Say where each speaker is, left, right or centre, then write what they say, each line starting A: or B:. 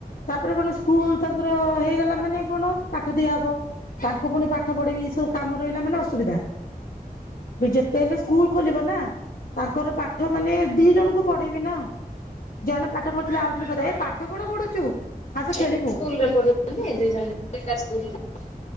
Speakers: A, on the left (about 65°); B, on the left (about 50°).
A: ତାପରେ କଣ ସ୍କୁଲ ତାଙ୍କର ହେଇଗଲା ମାନେ କଣ ପାଠ ଦିଆହବ ତାଙ୍କୁ ପୁଣି ପାଠ ପଢିବି ସବୁ କାମ ରହିଲା ମାନେ ଅସୁବିଧା। ଯେତେ ହେଲେ ସ୍କୁଲ ଖୋଲିବ ନା। ତାଙ୍କର ପାଠ ମାନେ ଦି ଜଣଙ୍କୁ ପଢେଇବି ନା ଜଣେ ପାଠ ପଢୁଥିଲେ ଆଉ ଜଣ କହୁଥିବ ଏ ପାଠ କଣ ପଢୁଛୁ ଆସେ
B: ସ୍କୁଲରେ
A: ଖେଳିବୁ
B: ପଢୁଛନ୍ତି ଦି ଜଣ ଯାକ ଏକା ସ୍କୁଲରେ? <inaudible>